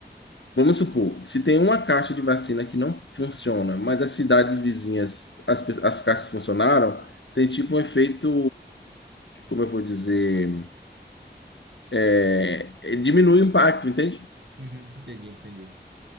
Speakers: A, on the left; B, on the right.
A: Vamos supor, se tem uma caixa de vacina que não funciona, mas as cidades vizinhas, as, pe- as caixas funcionaram, tem tipo um efeito, como eu vou dizer, é, é, diminui o impacto, entende?
B: Uhum, entendi, entendi.